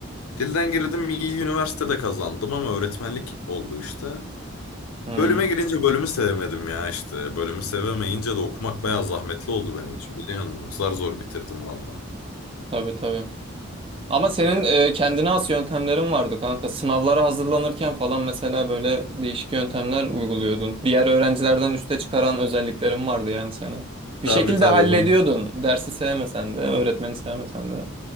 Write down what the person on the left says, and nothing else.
Dilden girdim iyi üniversitede kazandım ama öğretmenlik oldu işte.
Bölüme girince bölümü sevemedim ya işte. Bölümü sevemeyince de okumak bayağı zahmetli oldu benim için biliyor musun? Zar zor bitirdim valla.
Ya
tabii
tabii
ben